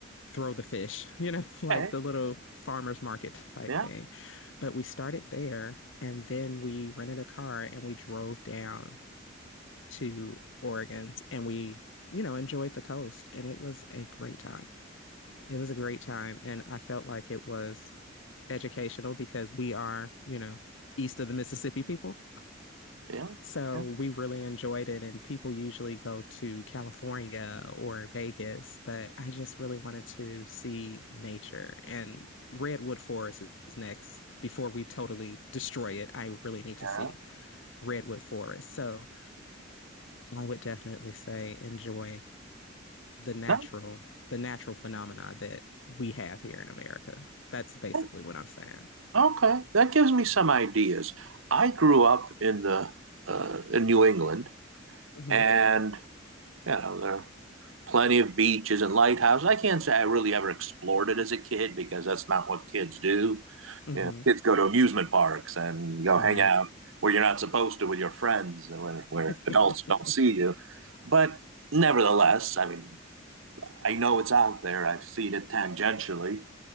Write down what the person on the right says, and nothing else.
Okay.
Yeah.
Yeah.
Yeah.
yeah.
No,
eh,
Okay. That gives me some ideas. I grew up in the uh, in New England,
and you know there are plenty of beaches and lighthouses. I can't say I really ever explored it as a kid because that's not what kids do.
Yeah, kids go to amusement parks and go
hang out where you're not supposed to with your friends, and where, where
adults don't see you. But nevertheless, I mean, I know it's out there. I've seen it tangentially.